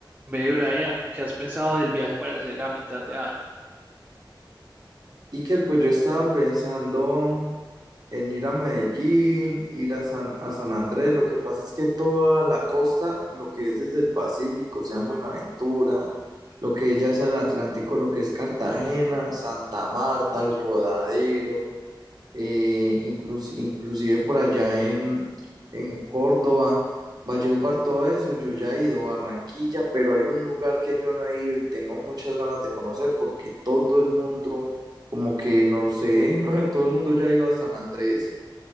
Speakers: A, on the right (about 20°); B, on the right (about 50°).
A: Ve, Brian, ¿qué has pensado del viaje para hacer a mitad de año?
B: Iker, pues yo estaba pensando en ir a Medellín, ir a San, a San Andrés. Lo que pasa es que toda la costa, lo que es desde el Pacífico, sea en Buenaventura, lo que es ya es el Atlántico, lo que es Cartagena, Santa Marta, el Rodadero eh, inclus- inclusive por allá en, en Córdoba, Valledupar, todo eso, yo ya he ido a Barranquilla, pero hay un lugar que yo no he ido y tengo muchas ganas de conocer porque todo el mundo, como que no sé, <laughs> todo el mundo ya ha ido a San Andrés,